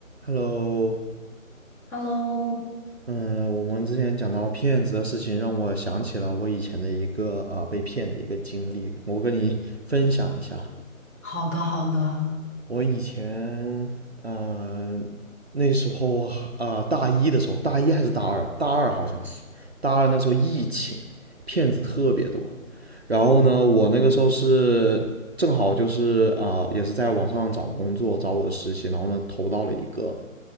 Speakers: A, on the right; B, on the left.
A: Hello，
B: Hello，
A: 嗯，我们之前讲到骗子的事情，让我想起了我以前的一个呃被骗的一个经历，我跟你分享一下。
B: 好的，好的。
A: 我以前，呃，那时候啊、呃大一的时候，大一还是大二？大二好像是，大二那时候疫情，骗子特别多。然后呢，我那个时候是正好就是啊、也是在网上找工作，找我的实习，然后呢投到了一个。